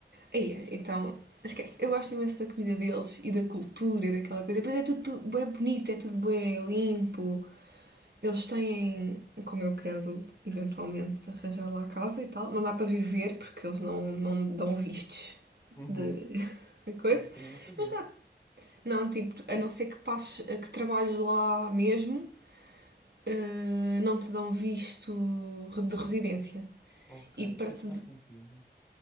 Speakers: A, on the right; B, on the left.
A: Aí, é, então, esquece. Eu gosto imenso da comida deles e da cultura e daquela coisa. Depois é tudo, tudo bem bonito, é tudo bem limpo. Eles têm, como eu quero eventualmente arranjar lá a casa e tal, não dá para viver porque eles não, não dão vistos
B: Uhum.
A: de <laughs> coisa,
B: Olha, também não sabia.
A: mas dá. Não, tipo, a não ser que passes, que trabalhes lá mesmo, eh, não te dão visto de residência.
B: Ok,
A: E para
B: pois
A: te
B: faz sentido, né?